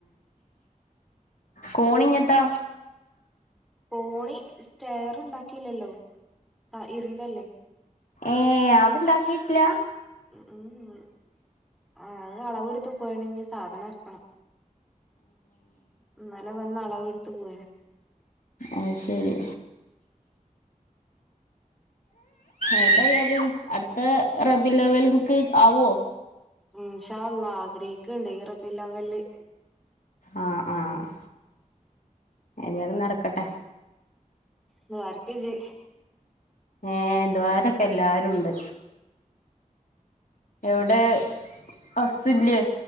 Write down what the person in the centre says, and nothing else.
കോണി സ്റ്റെയർ ഉണ്ടാക്കിയില്ലല്ലോ. ഇരുമ്പല്ലേ
ഉം ഉം ആ അത് അളവെടുത്ത് പോയിണ് ഇഞ്ഞ് സാധനം എറക്കണം. ഇന്നലെ വന്ന് അളവെടുത്ത് പോയിണ്.
ഇന്ഷാ അല്ലാഹ് ആഗ്രഹിക്കിണ്ട് ഈ റബീ ഉൽ അവ്വല്.
മ ദൂആര്ക് ഇജ്ജ്